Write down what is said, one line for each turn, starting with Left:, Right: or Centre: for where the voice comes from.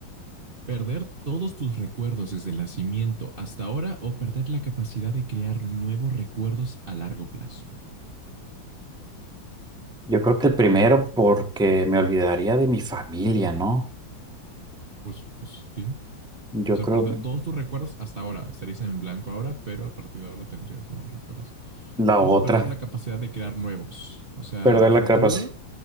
Right: Perder todos tus recuerdos desde el nacimiento hasta ahora o perder la capacidad de crear nuevos recuerdos a largo plazo.
Centre: Yo creo que el primero porque me olvidaría de mi familia, ¿no?
Right: Pues, pues sí.
Centre: Yo
Right: O sea,
Centre: creo
Right: perder
Centre: que
Right: todos tus recuerdos hasta ahora. Estarías en blanco ahora, pero a partir de ahora tendrías nuevos recuerdos.
Centre: la
Right: O
Centre: otra.
Right: perder la capacidad de crear nuevos. O sea,
Centre: Perder
Right: a futuro
Centre: la capacidad.